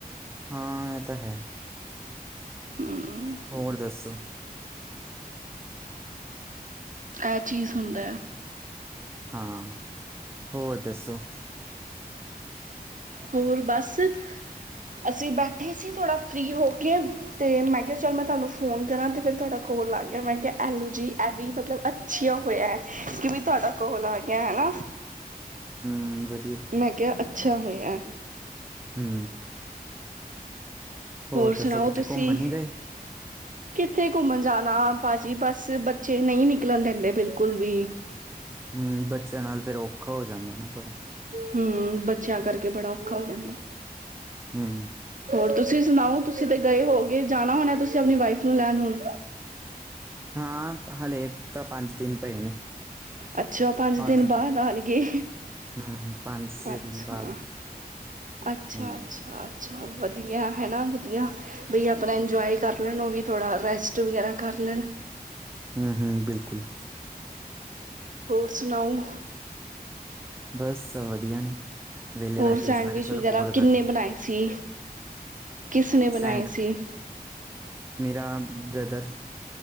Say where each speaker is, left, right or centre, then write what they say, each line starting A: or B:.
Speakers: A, on the right; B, on the right.
A: ਹਾਂ ਇਹ ਤਾਂ ਹੈ।
B: ਹਮ
A: ਹੋਰ ਦੱਸੋ?
B: ਇਹ ਚੀਜ਼ ਹੁੰਦਾ ਹੈ।
A: ਹਾਂ, ਹੋਰ ਦੱਸੋ?
B: ਹੋਰ ਬਸ। ਅਸੀਂ ਬੈਠੇ ਸੀ ਥੋੜ੍ਹਾ ਫਰੀ ਹੋ ਕੇ, ਤੇ ਮੈਂ ਕਿਹਾ, ਚੱਲ, ਮੈਂ ਫੋਨ ਫੋਨ ਕਰਾਂ, ਤੇ ਫਿਰ ਤੁਹਾਡਾ ਕੋਲ ਆ ਗਿਆ, ਮੈਂ ਕਿਹਾ, ਐਲੋ ਜੀ, ਇਹ ਵੀ ਮਤਲਬ ਅੱਛਾ ਹੋਇਆ ਕਿ ਵੀ ਤੁਹਾਡਾ ਕੋਲ ਆ ਗਿਆ, ਹੈਨਾ।
A: ਹੂੰ, ਵਧੀਆ। ਕੀਤਾ
B: ਮੈਂ ਕਿਹਾ, ਅੱਛਾ ਹੋਇਆ।
A: ਹੂੰ। ਹੋਰ
B: ਸੁਣਾਓ
A: ਦੱਸੋ, ਕਿਤੇ
B: ਤੁਸੀਂ
A: ਘੁੰਮਣ ਨੀ ਗਏ?
B: ਕਿੱਥੇ ਘੁੰਮਣ ਜਾਣਾ ਆਪਾਂ ਜੀ, ਬਸ, ਬੱਚੇ ਨਹੀਂ ਨਿਕਲਣ ਦਿੰਦੇ ਬਿਲਕੁਲ ਵੀ।
A: ਹੂੰ, ਬੱਚਿਆਂ ਨਾਲ ਫ਼ਿਰ ਔਖਾ ਹੋ ਜਾਂਦਾ ਨਾ ਥੋੜ੍ਹਾ
B: ਹੂੰ, ਬੱਚਿਆਂ ਕਰਕੇ ਬੜਾ ਔਖਾ ਹੋ ਜਾਂਦਾ।
A: ਹੂੰ।
B: ਹੋਰ ਤੁਸੀਂ ਸੁਣਾਓ, ਤੁਸੀਂ ਤੇ ਗਏ ਹੋਵੋਗੇ, ਜਾਣਾ ਹੋਣਾ ਤੁਸੀਂ ਆਪਣੀ ਵਾਈਫ ਨੂੰ ਲੈਣ ਹੁਣ?
A: ਹਾਂ, ਹਲੇੇ ਤਾਂ ਪੰਜ ਦਿਨ ਪਏ ਨੇ।
B: ਅੱਛਾ
A: ਪੰਜ
B: ਦਿਨ ਬਾਅਦ ਆਣਗੇ
A: ਹੂੰ ਹੂੰ ਪੰਜ-ਛੇ
B: ਅੱਛਾ
A: ਦਿਨ ਬਾਅਦ
B: ਅੱਛਾ
A: ਹੂੰ
B: ਅੱਛਾ, ਅੱਛਾ ਵਧੀਆ ਹੈ ਨਾ ਵਧੀਆ। ਬਈ ਆਪਣਾ ਇੰਜੋਏ ਕਰ ਲੈਣ ਉਹ ਵੀ ਥੋੜ੍ਹਾ ਰੈਸਟ ਵਗੈਰਾ ਕਰ ਲੈਣ।
A: ਹੂੰ ਹੂੰ ਬਿਲਕੁਲ।
B: ਹੋਰ ਸੁਣਾਓ?
A: ਬਸ ਸਭ ਵਧੀਆ ਨੇ। ਵਿਹਲੇ
B: ਹੋਰ
A: ਬੈਠੇ
B: ਸੈਂਡਵਿਚ
A: ਸੀ ਮੈਂ ਕਿਹਾ ਚਲੋ
B: ਵਗੈਰਾ
A: ਕੋਲ ਕਰਦੇ
B: ਕਿੰਨੇ ਬਣਾਏ ਸੀ? ਕਿਸ ਨੇੇ ਬਣਾਏ
A: ਸੈਂਡ
B: ਸੀ?
A: ਮੇਰਾ ਬ੍ਰਦਰ।